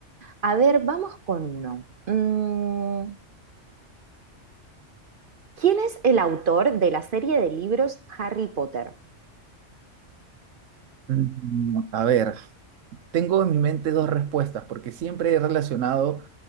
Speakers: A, on the right; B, on the right.
A: A ver, vamos con uno. Mm, ¿Quién es el autor de la serie de libros Harry Potter?
B: Mm, A ver, tengo en mi mente dos respuestas, porque siempre he relacionado